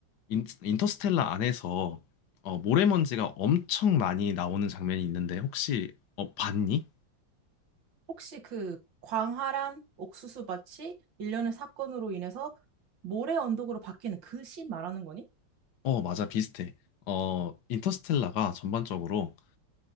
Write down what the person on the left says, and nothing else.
인, 인터스텔라 안에서 어, 모래먼지가 엄청 많이 나오는 장면이 있는데 혹시 어, 봤니?
어, 맞아, 비슷해. 어, 인터스텔라가 전반적으로,